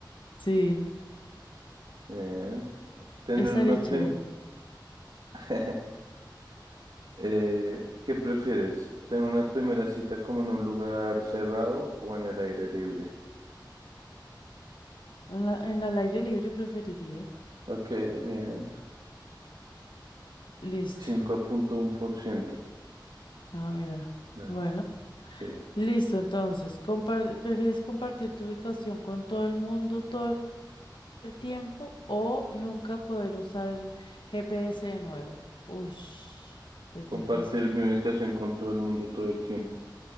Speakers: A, on the left; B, on the right.
A: Sí.
B: Bien. Tener
A: <laughs> Estaría
B: una
A: chévere.
B: primera. <laughs> Eh, ¿qué prefieres? ¿Tener una primera cita como en un lugar cerrado o en el aire libre?
A: En la, en el aire libre preferiría.
B: Ok, bien.
A: Listo.
B: 65.1%.
A: Ah, mira.
B: Bien,
A: Bueno.
B: sí.
A: Listo, entonces. compar- ¿prefieres compartir tu ubicación con todo el mundo todo el tiempo o nunca poder usar el GPS de nuevo. Ush, es
B: Compartir
A: difícil.
B: mi ubicación con todo el mundo todo el tiempo.